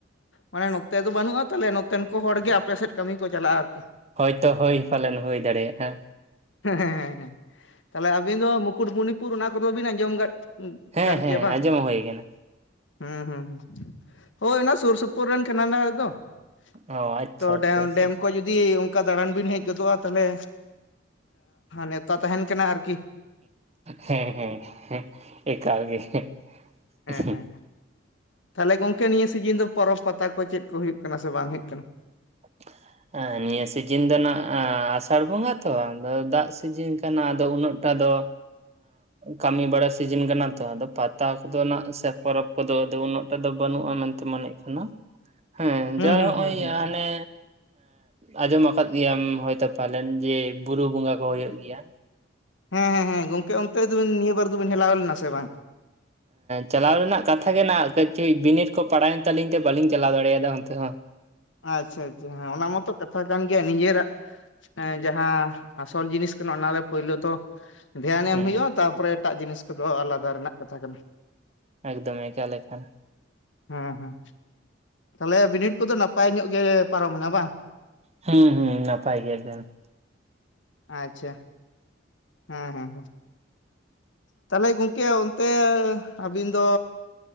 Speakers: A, on the left (about 85°); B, on the right (about 35°).
A: ᱢᱟᱱᱮ ᱱᱚᱛᱮ ᱫᱚ ᱵᱟᱹᱱᱩᱜᱼᱟ᱾ ᱛᱟᱦᱚᱞᱮ ᱱᱚᱛᱮᱱ ᱠᱚ ᱦᱚᱲ ᱜᱮ ᱟᱯᱮᱥᱮᱫ ᱠᱟᱹᱢᱤ ᱠᱚ ᱪᱟᱞᱟᱜᱼᱟ ᱟᱨᱠᱤ᱾
B: ᱦᱚᱭᱛᱚ ᱦᱳᱭ ᱯᱟᱞᱮᱱ ᱦᱩᱭ ᱫᱟᱲᱮᱭᱟᱜ-ᱟ᱾
A: ᱦᱮᱸ ᱦᱮᱸ ᱦᱮᱸ, ᱛᱟᱦᱚᱞᱮ ᱟᱹᱵᱤᱱ ᱫᱚ ᱢᱩᱠᱩᱴᱢᱚᱱᱤᱯᱩᱨ ᱚᱱᱟ ᱠᱚᱫᱚ ᱵᱤᱱ ᱟᱸᱡᱚᱢ ᱟᱠᱟᱫ
B: ᱦᱮᱸ
A: ᱠᱟᱫ
B: ᱦᱮᱸ
A: ᱜᱮᱭᱟ ᱵᱟᱝ?
B: ᱟᱸᱡᱚᱢ ᱦᱩᱭ ᱠᱟᱱᱟ
A: ᱦᱩᱸ ᱦᱩ, ᱦᱳᱭ ᱚᱱᱟ ᱥᱩᱨ ᱥᱩᱯᱩᱨ ᱨᱮᱱ ᱠᱟᱱᱟᱞᱮ ᱟᱞᱮ ᱫᱚ ᱾
B: ᱚ ᱟᱪᱪᱷᱟ
A: ᱛᱚ
B: ᱟᱪᱪᱷᱟ
A: ᱰᱮ
B: ᱟᱪᱪᱷᱟ
A: ᱰᱮᱢ ᱠᱚ ᱡᱩᱫ ᱡᱩᱫᱤ ᱚᱱᱠᱟ ᱫᱟᱬᱟᱱ ᱵᱤᱱ ᱦᱮᱡ ᱜᱚᱫᱚᱜ-ᱟ ᱛᱟᱦᱚᱞᱮ ᱱᱮᱣᱛᱟ ᱛᱟᱦᱮᱱ ᱠᱟᱱᱟ ᱟᱨᱠᱤ᱾
B: ᱦᱮᱸ ᱦᱮᱸ, ᱮᱠᱟᱞ ᱜᱮ ᱾
A: ᱦᱮᱸ ᱛᱟᱦᱚᱞᱮ ᱜᱚᱝᱠᱮ, ᱱᱤᱭᱟᱹ ᱥᱤᱡᱤᱱ ᱫᱚ ᱯᱚᱨᱚᱵ ᱯᱟᱛᱟ ᱠᱚ ᱪᱮᱫ ᱠᱚ ᱦᱩᱭᱩᱜ ᱠᱟᱱᱟ ᱥᱮ ᱵᱟᱝ ᱦᱩᱭᱩᱜ ᱠᱟᱱᱟ?
B: <unintelligible> ᱱᱤᱭᱟᱹ ᱥᱤᱡᱤᱱ ᱫᱚ ᱱᱟᱦᱟᱸᱜ ᱟᱥᱟᱲ ᱵᱚᱸᱜᱟ ᱛᱚ ᱟᱫᱚ ᱫᱟᱜ ᱥᱤᱡᱤᱱ ᱠᱟᱱᱟ ᱟᱫᱚ ᱩᱱᱟᱹᱜᱴᱟ ᱫᱚ ᱠᱟᱹᱢᱤ ᱵᱟᱲᱟ ᱥᱤᱡᱤᱱ ᱠᱟᱱᱟ ᱛᱚ, ᱟᱫᱚ ᱯᱟᱛᱟ ᱠᱚᱫᱚ ᱱᱟᱜ ᱥᱮ ᱯᱚᱨᱚᱵ ᱠᱚᱫᱚ ᱩᱱᱟᱹᱜ ᱴᱟ ᱫᱚ ᱵᱟᱹᱱᱩᱜ-ᱟ ᱢᱮᱱᱛᱮ ᱢᱚᱱᱮᱜ ᱠᱟᱱᱟ᱾ ᱦᱮᱸ
A: ᱦᱩᱸ
B: ᱡᱟᱭ
A: ᱦᱩᱸ
B: ᱦᱚᱜ-ᱚᱭ
A: ᱦᱩᱸ ᱦᱩᱸ
B: ᱦᱟᱱᱮ ᱟᱸᱡᱚᱢ ᱟᱠᱟᱫ ᱜᱮᱭᱟᱢ ᱦᱳᱭᱛᱚ ᱯᱟᱞᱮᱱ ᱡᱮ ᱵᱩᱨᱩ ᱵᱚᱸᱜᱟ ᱠᱚ ᱦᱩᱭᱩᱜ ᱜᱮᱭᱟ᱾
A: ᱦᱮᱸ ᱦᱮᱸ ᱦᱮᱸ ᱜᱚᱝᱠᱮ ᱚᱱᱛᱮ ᱫᱚᱵᱤᱱ ᱱᱤᱭᱟᱹ ᱵᱟᱨ ᱫᱚᱵᱤᱱ ᱦᱮᱞᱟᱣ ᱞᱮᱱᱟ ᱥᱮ ᱵᱟᱝ?
B: ᱪᱟᱞᱟᱣ ᱨᱮᱱᱟᱜ ᱠᱟᱛᱷᱟ ᱜᱮ ᱱᱟᱜ, ᱠᱟᱹᱴᱤᱡ ᱵᱤᱱᱤᱰ ᱠᱚ ᱯᱟᱲᱟᱭᱮᱱ ᱛᱟᱹᱟᱞᱤᱧ ᱛᱮ ᱵᱟᱹᱞᱤᱧ ᱪᱟᱞᱟᱣ ᱫᱟᱲᱮᱭᱟᱫᱟ ᱚᱱᱛᱮ ᱦᱚᱸ᱾
A: ᱟᱪᱪᱷᱟ ᱟᱪᱪᱷᱟ, ᱦᱮᱸ ᱚᱱᱟ ᱢᱟᱚᱛᱚ ᱠᱟᱛᱷᱟ ᱠᱟᱱ ᱜᱮᱭᱟ ᱱᱤᱡᱮᱨᱟᱜ ᱮᱸ ᱡᱟᱦᱟᱸ ᱟᱥᱚᱞ ᱡᱤᱱᱤᱥ ᱠᱟᱱᱟ, ᱚᱱᱟᱨᱮ ᱯᱳᱭᱞᱳ ᱛᱚ ᱫᱷᱮᱭᱟᱱ
B: ᱦᱩᱸ
A: ᱮᱢ ᱦᱩᱭᱩᱜ-ᱟ᱾ ᱛᱟᱨᱯᱚᱨᱮ ᱮᱴᱟᱜ ᱡᱤᱱᱤᱥ ᱠᱚᱫᱚ ᱟᱞᱟᱫᱟ ᱨᱮᱱᱟᱜ ᱠᱟᱛᱷᱟ ᱠᱟᱱᱟ᱾
B: ᱮᱠᱫᱚᱢ ᱮᱠᱟᱞ ᱮᱠᱟᱞ ᱾
A: ᱦᱮᱸ ᱦᱮᱸ, ᱛᱟᱦᱚᱞᱮ ᱵᱤᱱᱤᱰ ᱠᱚᱫᱚ ᱱᱟᱯᱟᱭ ᱧᱚᱜ ᱜᱮ ᱯᱟᱨᱚᱢᱮᱱᱟ ᱵᱟᱝ?
B: ᱦᱩᱸ ᱦᱩᱸ, ᱱᱟᱯᱟᱭ ᱜᱮ ᱮᱠᱫᱚᱢ ᱾
A: ᱟᱪᱪᱷᱟ ᱾ ᱦᱮᱸ ᱦᱮᱸ ᱦᱮᱸ᱾ ᱛᱟᱦᱚᱞᱮ ᱜᱚᱝᱠᱮ ᱚᱱᱛᱮ ᱟᱹᱵᱤᱱ ᱫᱚ